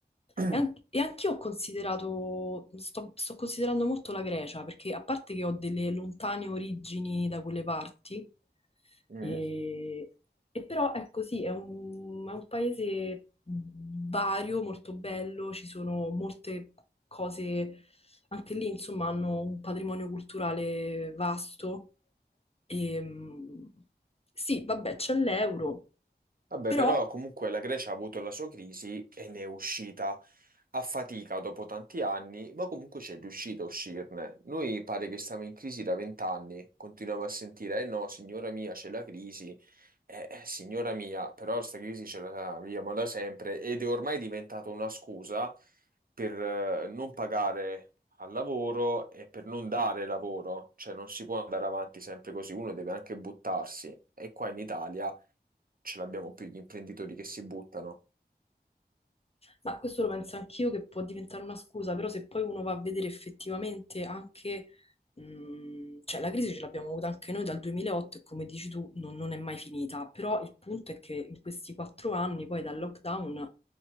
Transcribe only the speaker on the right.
<clears throat>
Mm.
Vabbè,
però comunque la Grecia ha avuto la sua crisi e ne è uscita a fatica dopo tanti anni, ma comunque c'è riuscita a uscirne. Noi pare che stiamo in crisi da vent'anni, continuiamo a sentire, eh no, signora mia, c'è la crisi, eh, eh, signora mia, però questa crisi ce la viviamo da sempre ed è ormai diventata una scusa per eh, non pagare al lavoro e per non dare lavoro, cioè non si può andare avanti sempre così, uno deve anche buttarsi. E qua in Italia ce l'abbiamo più gli imprenditori che si buttano.